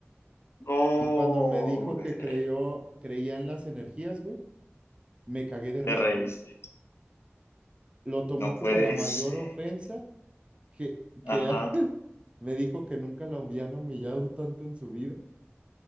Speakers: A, on the left (about 70°); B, on the right (about 25°).
A: No,
B: Y cuando me dijo
A: güey,
B: que creyó, creía en las energías, güey, me cagué de
A: te
B: risa.
A: reíste.
B: Lo tomó
A: No puede
B: como la mayor
A: ser.
B: ofensa que, que
A: Ajá.
B: ha- <laughs> me dijo que nunca la habían humillado tanto en su vida.